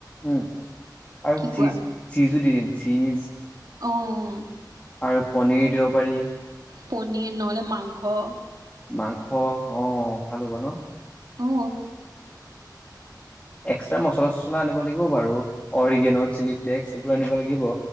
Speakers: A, on the left; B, on the right.
A: উম আৰু
B: কি কোৱা
A: চীজ চীজো দি দিম চীজ
B: অঁ
A: আৰু পনিৰ দিব পাৰি
B: পনীৰ নহ'লে মাংস
A: মাংস অ ভাল হ'ব ন
B: অ
A: এক্সট্ৰা মচলা চচলা আনিব লাগিব বাৰু অৰিগেন' চিলি ডেক্স এইবোৰ আনিব লাগিব